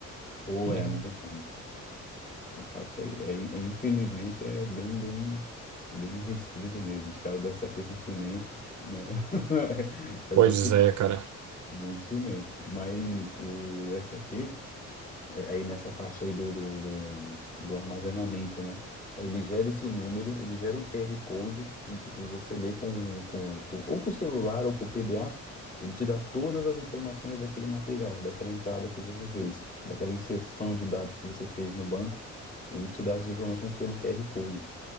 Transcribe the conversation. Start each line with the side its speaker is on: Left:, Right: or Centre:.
Left: Ou
Right: E-
Left: é, não tem como. A parte aí, é, é- infelizmente, é bem, bem, bem restrito mesmo. Os caras da SAP são ciumento, né? <laughs> É
Right: Pois
Left: complicado,
Right: é, cara.
Left: muito ciumento. Mas o SAP aí nessa parte aí do, do, do- do armazenamento, né? Aí ele gera esse número, ele gera um QR Code que, tipo, você lê com, com, com- ou com o celular ou com o PDA, ele te dá todas as informações daquele material, daquela entrada que você fez, daquela inserção de dados que você fez no banco, ele te dá as informações pelo QR Code.